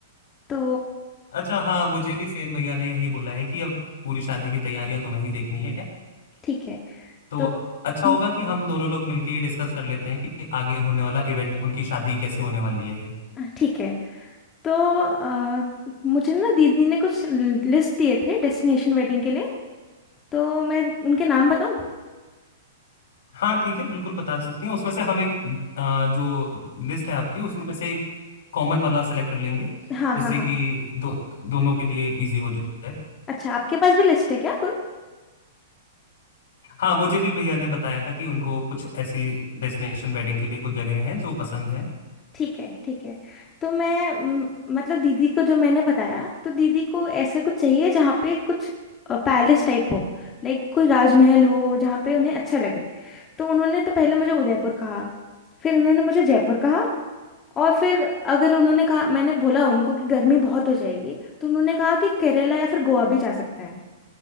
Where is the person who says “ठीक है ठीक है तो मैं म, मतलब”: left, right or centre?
Left